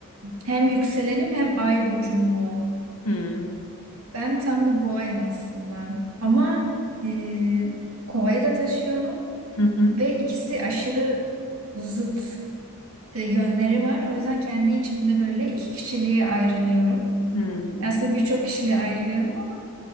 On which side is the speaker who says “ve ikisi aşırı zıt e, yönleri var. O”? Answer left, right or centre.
Right